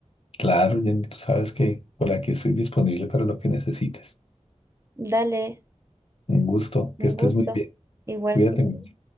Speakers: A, on the left; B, on the right.
A: Claro, Jenny, tú sabes que por aquí estoy disponible para lo que necesites.
B: Dale,
A: Un gusto,
B: un
A: que estés
B: gusto,
A: muy bien.
B: igualmente.
A: Cuídate.